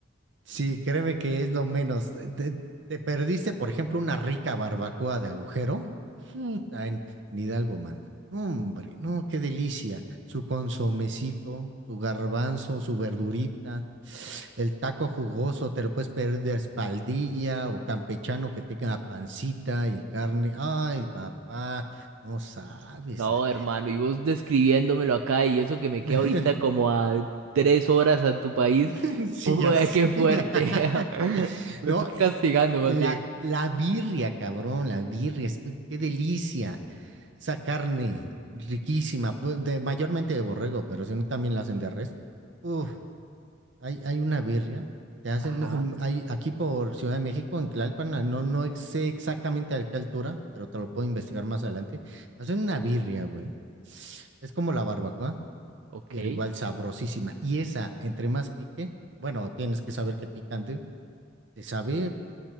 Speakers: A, on the right; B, on the right.
A: Sí, créeme que es lo menos. Te, te perdiste, por ejemplo, una rica barbacoa de agujero. Puta, en, en Hidalgo, mano. No, Hombre, no, qué delicia. Su consomecito, su garbanzo, su verdurita, el taco jugoso, te lo puedes pedir de espaldilla o campechano que tenga pancita y carne. Ay, papá, no sabes.
B: No, hermano, y vos describiéndomelo acá y eso que me
A: <laughs>
B: queda ahorita como a tres horas a tu país.
A: <laughs> Sí,
B: Ué,
A: ya sé.
B: qué fuerte.
A: <laughs>
B: <laughs> Me
A: No,
B: estás
A: y
B: castigando
A: la,
B: más bien.
A: la birria, cabrón, la birria, es que qué delicia. Esa carne riquísima, pu- de, mayormente de borrego, pero si no también la hacen de res. Uf, hay, hay una birria, te hacen,
B: Ajá,
A: no, mm, hay, aquí por Ciudad de México, en Tlalpan, ah, no, no ex- sé exactamente a qué altura, pero te lo puedo investigar más adelante. Hacen una birria, güey. Es como la barbacoa
B: ok.
A: pero igual sabrosísima. Y esa, entre más pique, bueno, tienes que saber que picante, te sabe